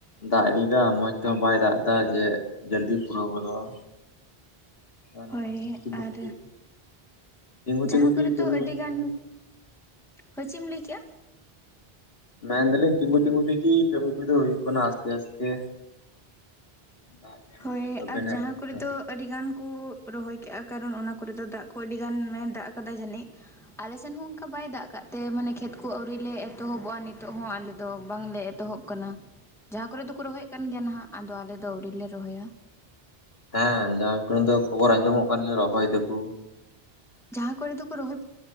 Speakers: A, on the left; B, in the centre.
A: ᱫᱟᱜ ᱤᱫᱤᱭᱮᱫᱟ ᱢᱚᱸᱡ ᱛᱮᱦᱚᱸ ᱵᱟᱭ ᱫᱟᱜ ᱮᱫᱟ ᱡᱮ᱾ ᱡᱚᱞᱫᱤ ᱯᱩᱨᱟᱹᱣ ᱜᱚᱫᱚᱜᱼᱟ᱾ ᱠᱟ ᱱᱚᱠᱟ
B: ᱦᱳᱭ
A: ᱛᱤᱝᱜᱩ ᱛᱤᱝᱜᱩ
B: ᱟᱨ
A: ᱛᱮ ᱜᱮ ᱛᱤᱝᱜᱩ
B: ᱡᱟᱦᱟᱸ
A: ᱛᱤᱝᱜᱩ
B: ᱠᱚᱨᱮ
A: ᱛᱮ ᱠᱟᱢᱤ
B: ᱫᱚ ᱟᱹᱰᱤ
A: ᱦᱩᱭᱩᱜ
B: ᱜᱟᱱ
A: ᱠᱟᱱᱟ᱾
B: ᱦᱳᱭ ᱪᱮᱫ ᱮᱢ ᱞᱟᱹᱭ ᱠᱮᱜᱼᱟ?
A: ᱢᱮᱱ ᱫᱟᱞᱤᱧ ᱛᱤᱸᱜᱩ ᱛᱤᱸᱜᱩ ᱛᱮᱜᱮ ᱠᱟᱹᱢᱤ ᱠᱚ ᱫᱚ ᱦᱩᱭᱩᱜ ᱠᱟᱱᱟ ᱟᱥᱛᱮ ᱟᱥᱛᱮ᱾ ᱫᱟᱜ ᱡᱟᱹᱲᱤ
B: ᱦᱳᱭ
A: ᱫᱟᱭ ᱛᱚᱵᱮᱱᱟᱜ
B: ᱟᱨ ᱡᱟᱦᱟᱸ ᱠᱚᱨᱮ
A: ᱨᱚᱦᱚᱭ
B: ᱫᱚ᱾
A: ᱦᱩᱭᱩᱜᱼᱟ᱾
B: ᱟᱹᱰᱤ ᱜᱟᱱ ᱠᱚ ᱨᱚᱦᱚᱭ ᱠᱮᱜᱼᱟ ᱠᱟᱨᱚᱱ ᱚᱱᱟ ᱠᱚᱨᱮ ᱫᱚ ᱫᱟᱜ ᱠᱚ ᱟᱹᱰᱤ ᱜᱟᱱᱮ ᱫᱟᱜ ᱟᱠᱟᱫᱟ ᱡᱟᱹᱱᱤᱡ ᱟᱞᱮ ᱥᱮᱱ ᱦᱚᱸ ᱚᱱᱠᱟ ᱵᱟᱭ ᱫᱟᱜ ᱟᱠᱟᱫ ᱛᱮ ᱢᱟᱱᱮ ᱠᱷᱮᱛ ᱠᱚ ᱟᱹᱣᱨᱤ ᱞᱮ ᱮᱛᱚᱦᱚᱵᱚᱜᱼᱟ ᱱᱤᱛ᱾ ᱱᱤᱛᱚᱜ ᱦᱚᱸ ᱟᱞᱮ ᱫᱚ ᱵᱟᱝᱞᱮ ᱮᱛᱚᱦᱚᱵ ᱟᱠᱟᱱᱟ ᱡᱟᱦᱟᱸ ᱠᱚᱨᱮ ᱫᱚᱠᱚ ᱨᱚᱦᱚᱭᱮᱫ ᱠᱟᱱ ᱜᱮᱭᱟ ᱱᱟᱦᱟᱜ ᱟᱫᱚ ᱟᱞᱮ ᱫᱚ ᱟᱹᱣᱨᱤ ᱞᱮ᱾ ᱨᱚᱦᱚᱭᱟ᱾
A: ᱦᱮᱸ ᱡᱟᱦᱟᱸ ᱠᱚᱨᱮ ᱫᱚ ᱠᱷᱚᱵᱚᱨ ᱟᱸᱡᱚᱢᱚᱜ ᱠᱟᱱ ᱜᱮᱭᱟ ᱨᱚᱦᱚᱭ ᱫᱟᱠᱚ᱾
B: ᱡᱟᱦᱟᱸ ᱠᱚᱨᱮ ᱫᱚᱠᱚ ᱨᱚᱦᱚᱭ᱾